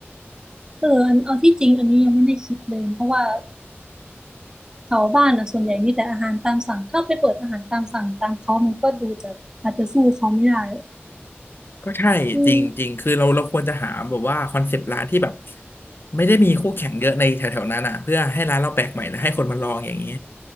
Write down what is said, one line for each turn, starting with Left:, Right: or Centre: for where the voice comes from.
Right: เอออันเอาที่จริงอันนี้ยังไม่ได้คิดเลยเพราะว่า แถวบ้านอ่ะส่วนใหญ่มีแต่อาหารตามสั่งถ้าไปเปิดอาหารตามสั่งตามเขามันก็ดูจะอาจจะสู้เขาไม่ได้
Left: ก็ใช่จริงจริงคือเราเราควรจะหาแบบว่าคอนเซปต์ร้านที่แบบ
Right: อืม
Left: ไม่ได้มีคู่แข่งเยอะในแถวๆนั้นอ่ะเพื่อให้ร้านเราแปลกใหม่และให้คนมาลองอย่างนี้